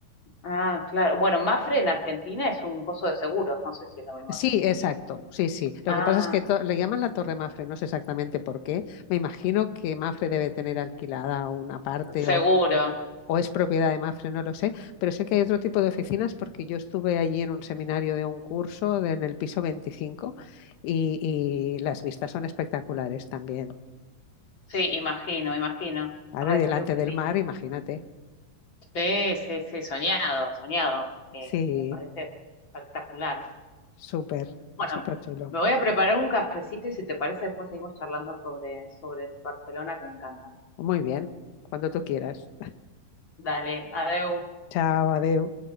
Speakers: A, on the left; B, on the left.
A: Ah, claro. Bueno, Mafre en Argentina es un coso de seguros, no sé si es lo mismo.
B: Sí, exacto, sí, sí. Lo
A: Ah,
B: que pasa es que to- le llaman la Torre Mafre, no sé exactamente por qué. Me imagino que Mafre debe tener alquilada una parte
A: seguro.
B: o, o es propiedad de Mafre, no lo sé, pero sé que hay otro tipo de oficinas porque yo estuve allí en un seminario de un curso de- en el piso veinticinco y, y las vistas son espectaculares también.
A: Sí, imagino, imagino.
B: Claro,
A: Ay,
B: y delante
A: qué, qué
B: del
A: lindo.
B: mar, imagínate.
A: Sí, sí, sí, soñado, soñado. Eh,
B: Sí.
A: me parece espectacular.
B: Súper,
A: Bueno,
B: súper chulo.
A: me voy a preparar un cafecito y si te parece después seguimos charlando sobre, sobre Barcelona que me encanta.
B: Muy bien, cuando tú quieras.
A: Dale, adeu.
B: Chao, adeu.